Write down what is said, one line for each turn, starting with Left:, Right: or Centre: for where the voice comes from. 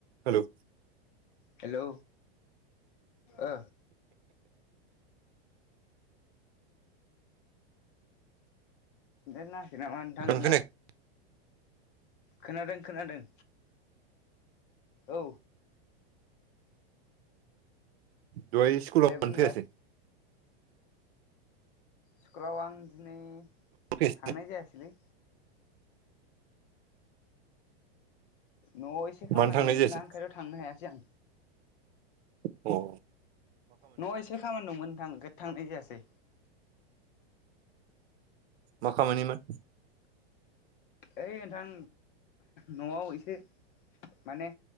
Right: Hello
Left: hello. ओ net नाङा खै नामा नोंना!
Right: आं खोनायाखै
Left: खोनादों खोनादों औ
Right: दहाय स्कुलाव
Left: दे
Right: मानो
Left: बुंलाय
Right: फैयासै
Left: स्कुलाव आं दिनै
Right: फैयासै
Left: थांनाय जायासलै। न'आव एसे खामानि
Right: मानो थांनाय
Left: दंमोनना
Right: जायासै
Left: ओंखायनोथ' थांनो हायासै आं
Right: औ
Left: न' एसे खामानि दंमोनोंथां थांनाय जायासै
Right: मखामानिमोन?
Left: ओइ नोंथां न'आव एसे माने